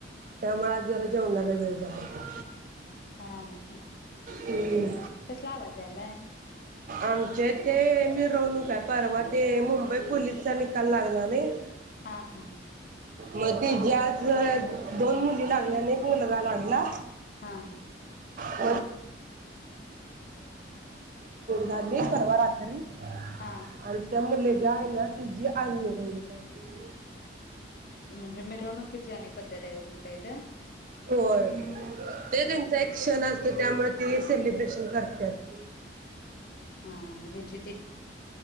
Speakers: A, on the right; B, on the left.
A: त्यामुळे आज जरा जेवणाला वेळ झाला.
B: हा ह
A: हम्म
B: कसला आवाज यालाय?
A: आमचे ते मिरवणूकआहे, परवा ते मुंबई पोलीसचा निकाल लागला नाही.
B: हा हा!
A: म ती जे आज दोन मुली लागल्या, आणि एक मुलगा लागला.
B: हां!
A: <unintelligible> लागलीच परवा रात्री
B: हा
A: अन त्या मुली काय ना तिजी आज मिरवणूक आहे.
B: म्हणजे मिरवणुकीची आणि पद्धत आहे व्हय तुमच्या इथं.
A: होय. ते
B: हा
A: त्यांच
B: हा
A: ऍक्शन असतेत. त्यामुळे ते सेलिब्रेशन करत्यात.
B: हां जे चित